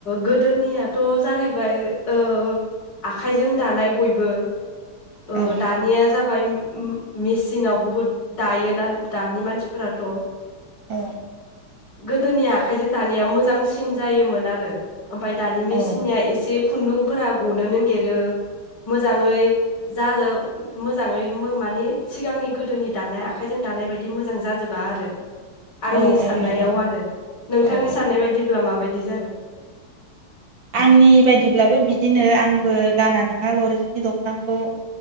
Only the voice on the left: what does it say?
गोदोनियाथ' जाहैबाय ओ आखाइजों दानाय बयबो ओ
दानिया जाबाय मेसिनाव बुहुद दायोना दानि मानसिफोराथ'
गोदोनि आखाइजों दानाया मोजांसिन जायोमोन आरो ओमफ्राय दानि मेसिनिया
एसे खुन्दुंफोरा गनो नागिरो मोजाङै जाजो मोजाङै मानि सिगांनि गोदोनि दानाय आखाइजों दानाय बायदि मोजां जाजोबा आरो आंनि
साननायाव
आरो नोंथांनि
साननाय बायदिब्ला माबायदि बिदि जागोन